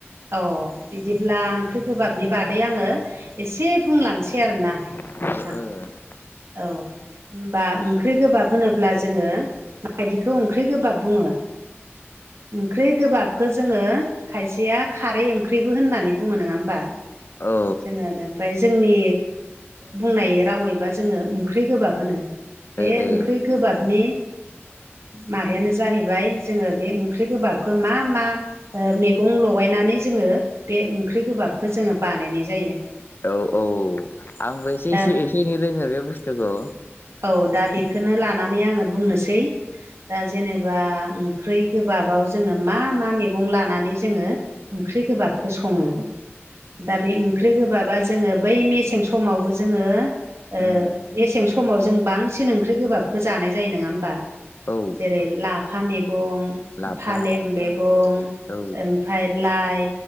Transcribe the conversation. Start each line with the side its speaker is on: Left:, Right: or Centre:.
Right: अह बिदिब्ला ओंख्रि गोबाबनि बागै आङो एसे बुंलांसै आरोना
Left: ओ-ओ
Right: नोंथां औ होमबा ओंख्रि गोबाब होनोब्ला जोङो माबायदिखौ ओंख्रि गोबाब बुङो ओंख्रि गोबाबखौ जोङो खायसेया खारै ओंख्रिबो होननानै बुङो नङा होमबा
Left: ओ
Right: जोंङो ओमफ्राय जोंनि बुंनाय रावैबा जोंङो ओंख्रि गोबाब होनो बे
Left: ओ औ ओ
Right: ओंख्रि गोबाबनि माबायानो जाहैबाय जोंङो बे ओंख्रि गोबाबखौ मा मा ओ मैगं ल लगायनानै जोंङो बे ओंख्रि गोबाबखौ जोंङो बानायनाय जायो।
Left: औ-औ आंबो एसे
Right: दा
Left: एसे एसे एनै रोङो बे बुस्थुखौ
Right: औ दा बेखौनो लानानै आंङो बुंनोसै दा जेनेबा ओंख्रि गोबाबाव जोंङो मा मा मैगं लानानै जोंङो ओंख्रि गोबाबखौ संङो दा बे ओंख्रि गोबाबा जोंङो बै मेसें समावबो जोंङो ओ
Left: उम
Right: मेसें समाव जों बांसिन ओंख्रि गोबाबखौ जानाय जायो नङा होमबा
Left: औ
Right: जेरै लाफा मैगं
Left: लाफा
Right: फालें मैगं
Left: औ
Right: ओमफाय लाइ